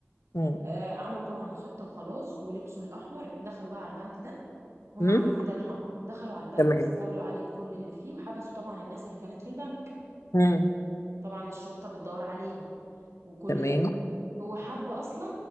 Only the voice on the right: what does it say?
آه عملوا طبعا الخطه وخلاص ولبسوا الاحمر دخلوا بقى على البنك ده هم
عملوا بدل حمراء دخلوا على البنك
استولوا عليه بكل اللي فيه وحبسوا طبعا الناس اللي كانت في البنك
طبعا الشرطه بتدور عليهم وكل
ده هو حب اصلا